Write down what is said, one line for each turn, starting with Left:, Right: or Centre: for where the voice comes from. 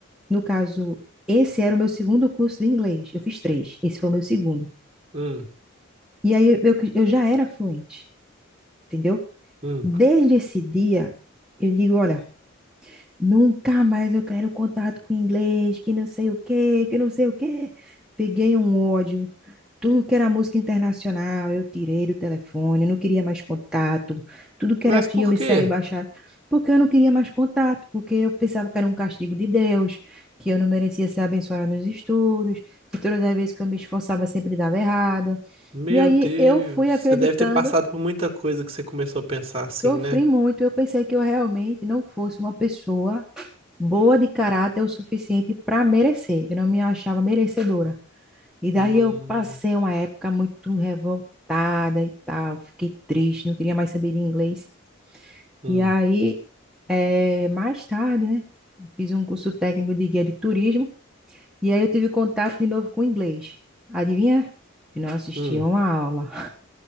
Centre: no caso, esse era o meu segundo curso de inglês, eu fiz três, esse foi o meu segundo.
Right: Hum,
Centre: E aí eu, eu eu já era fluente. entendeu?
Right: hum.
Centre: Desde esse dia, eu digo, olha, nunca mais eu quero contato com inglês, que não sei o quê, que não sei o quê. Peguei um ódio. Tudo que era música internacional, eu tirei do telefone, não queria mais contato. Tudo que
Right: Mas
Centre: era filme,
Right: por quê?
Centre: série baixada, porque eu não queria mais contato, porque eu pensava que era um castigo de Deus, que eu não merecia ser abençoada nos estudos, que todas as vezes que eu me esforçava sempre dava errado.
Right: Meu
Centre: E aí
Right: Deus,
Centre: eu fui acreditando
Right: você deve ter passado por muita coisa que você começou a pensar assim,
Centre: Sofri
Right: né?
Centre: muito, eu pensei que eu realmente não fosse uma pessoa boa de caráter o suficiente para merecer. Eu não me achava merecedora. E daí
Right: Hum,
Centre: eu passei uma época muito revoltada e tal, fiquei triste, não queria mais saber de inglês.
Right: hum,
Centre: E aí, eh, mais tarde, né, eu fiz um curso técnico de guia de turismo e aí eu tive contato de novo com o inglês. Adivinha? Eu não assistia
Right: hum.
Centre: uma aula.